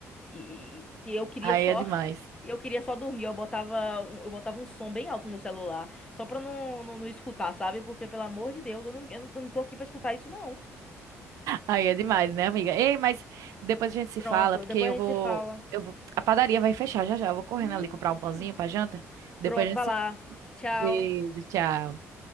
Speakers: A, on the left; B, on the right.
A: E, e- e eu queria
B: Aí
A: só,
B: é demais.
A: e eu queria só dormir. Eu botava, um- eu botava um som bem alto no meu celular, só pra não, não, não escutar, sabe? Porque, pelo amor de Deus, eu não, eu não eu não tô aqui pra escutar isso, não.
B: Aí é demais, né, amiga? Ei, mas depois a gente se
A: Pronto,
B: fala, porque
A: depois
B: eu
A: a
B: vou,
A: gente se fala.
B: eu vou, a padaria vai fechar já já. Eu vou correndo
A: Hum,
B: ali comprar um pãozinho pra janta. Depois
A: pronto,
B: a gente
A: vai
B: se...
A: lá. Tchau.
B: Beijo, tchau.